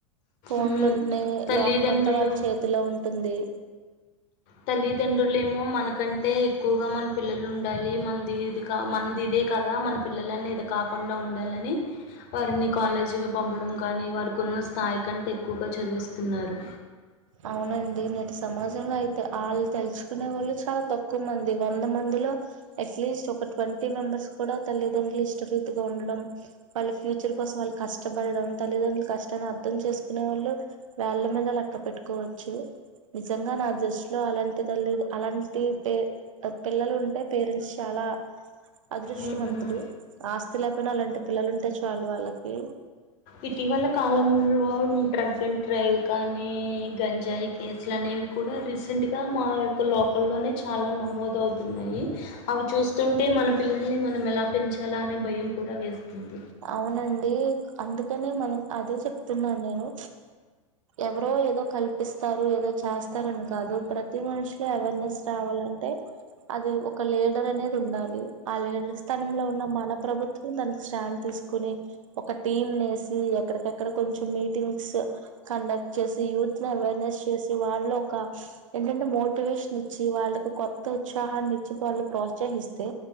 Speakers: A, on the right (about 65°); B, on the left (about 45°).
A: ఫోన్లు
B: ఉమ్,
A: ఉంటేనే
B: తల్లిదండ్రులు
A: లోకం అంతా వాళ్ళ చేతిలో ఉంటుంది
B: తల్లిదండ్రులేమో మనకంటే ఎక్కువగా మన పిల్లలు ఉండాలి మనది ఇది మనది ఇదే కదా మన పిల్లలనెది కాకుండా ఉండాలని వారిని కాలేజీకి పంపడం గానీ వారికున్న స్థాయి కంటే ఎక్కువగా చదివిస్తున్నారు
A: అవునండి నేటి సమాజంలో అయితే వాళ్ళు తెలుసుకునే వాళ్ళు చాలా తక్కువ మంద్ ది వంద మంది లో ఎట్లీస్ట్ ఒక ట్వంటీ మెంబర్స్ కూడ తల్లిదండ్రులు హిస్టరీ ట్ గా ఉండడం వాళ్ళ ఫ్యూచర్ కోసం వాళ్ళు కష్టపడడం తల్లిదండ్రులు కష్టాన్ని అర్థం చేసుకునే వాళ్ళు వెళ్ళ మీద తో పెట్టుకోవచ్చు నిజంగా నా దృష్టిలో అలాంటి తల్లి అలాంటి పే పిల్లలు ఉంటే పేరెంట్స్ చాలా అదృష్టవంతులు
B: మ్మ్
A: ఆస్తి లేకపోయినా అలాంటి పిల్లలు ఉంటే చాలు వాళ్ళకి
B: ఇటీవల కాలంలో డ్రంక్ అండ్ డ్రైవ్ కానీ గంజాయి కేసులు అనేవి కూడా రీసెంట్గా మా యొక్క లోకల్లోనే చాలా నమోదవుతున్నాయి అవి చూస్తుంటే మన పిల్లల్ని మనం ఎలా పెంచాలా అనే భయం కూడా వేస్తుంది
A: అవునండి అందుకనే మనం అదే చెప్తున్నాను నేను ఎవరో ఏదో కల్పిస్తారు ఏదో చేస్తారని కాదు ప్రతి మనిషికి అవేర్నెస్ రావాలన్ టే అది ఒక లీడర్ అనేది ఉండాలి ఆ లీడర్ స్థానంలో ఉన్న మన ప్రభుత్వం దానికి స్టాండ్ కొని ఒక టీమ్ నేసి ఎక్కడికక్కడ కొంచెం మీటింగ్ స్ కండక్ట్ చేసి యూత్ ని అవైర్నెస్ చేసి వారిలో ఒక ఏంటంటే మొ టివేషన్ ఇచ్చి వాళ్ళలకు కొత్త ఉత్సాహాన్ని ఇచ్చి వాళ్ళు ప్రోత్సహిస్తే